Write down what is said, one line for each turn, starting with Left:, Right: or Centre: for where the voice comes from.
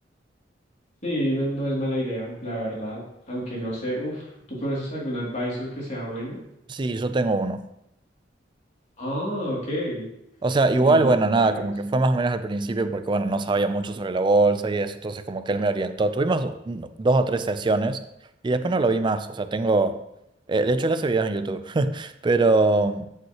Left: Sí, no, no es mala idea, la verdad. Aunque no sé, uff, ¿tú conoces algún advisor que sea bueno?
Right: Sí, yo tengo uno.
Left: Ah, ok.
Right: O sea, igual,
Left: ¿Y
Right: bueno,
Left: le
Right: nada,
Left: pagas?
Right: como que fue más o menos al principio porque, bueno, no sabía mucho sobre la bolsa y eso, entonces como que él me orientó. Tuvimos do- no, dos o tres sesiones y después no lo vi más, o sea, tengo, eh, de hecho él hace videos en YouTube, <laughs> pero